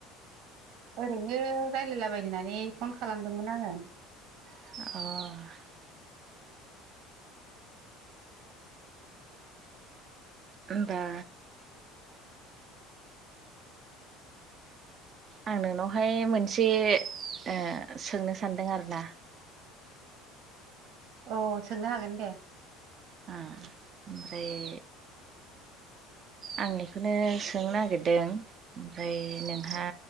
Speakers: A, on the right (about 55°); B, on the right (about 35°).
A: ओरैनो रायलायलाबायनोहोननानै फन खालामदोंमोन आङो।
B: अ होनबा आं नोंनावहाय मोनसे ओ सोंनो सानदों आरो ना
A: औ सोंनो हागोन दे।
B: ओ ओमफ्राय आं बेखौनो सोंनो नागिरदों ओमफ्राय नोंहा